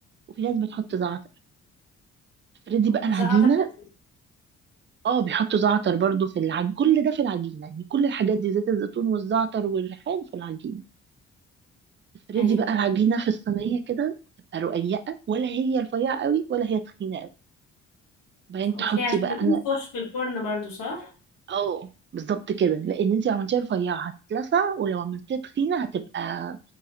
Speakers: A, on the right; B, on the left.
A: وفي ناس بتحط زعتر فردي بقى العجينه
B: زعتر لذيذ
A: اه بيحطوا زعتر برضو في العجينه كل ده في العجينه يعني كل الحاجات دي زيت الزيتون والزعتر والريحان في العجينه تفردي
B: ايوه
A: بقى العجينه في الصينيه كده تبقى رقيقه ولا هي رفيعه قوي ولا هي تخينه قوي بعدين
B: اوكي
A: تحطي
B: عشان
A: بقى
B: بتنفش
A: انا
B: في الفرن برضو صح
A: اه بالظبط كده لان انت لو عملتيها رفيعه هتتلسع ولو عملتيها تخينه هتبقى